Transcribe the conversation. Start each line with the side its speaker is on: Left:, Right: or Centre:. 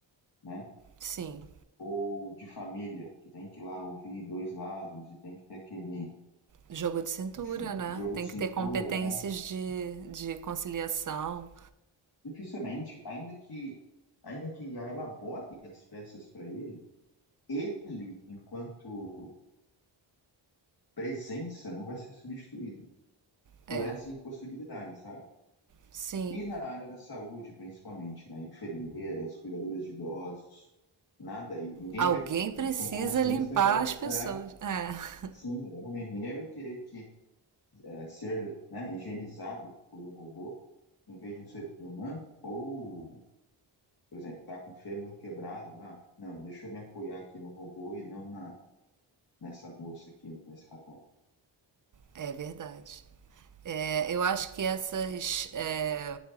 Left: né?
Right: Sim,
Left: tipo de família, que tem que ir lá ouvir dois lados e tem que ter aquele
Right: jogo de cintura,
Left: jo-
Right: né?
Left: jogo
Right: Tem
Left: de cintura,
Right: que ter competências
Left: né?
Right: de, de conciliação.
Left: Dificilmente, ainda que ainda que IA elabore as peças para ele, ele, enquanto presença, não vai ser substituído
Right: É,
Left: por essa impossibilidade, sabe?
Right: sim.
Left: E na área da saúde, principalmente, né? Enfermeiras, cuidadoras de idosos, nada aí. Ninguém
Right: Alguém
Left: vai,
Right: precisa
Left: em sã consciência,
Right: limpar
Left: vai.
Right: as pessoas.
Left: É,
Right: É.
Left: sim, exatamente. Ninguém vai querer que é, ser né, higienizado por um robô em vez de um ser humano, ou, por exemplo, tá com o fêmur quebrado, ah, não, deixa eu me apoiar aqui no robô e não na, nessa moça aqui, né, nesse rapaz.
Right: É verdade. É, eu acho que essas, é,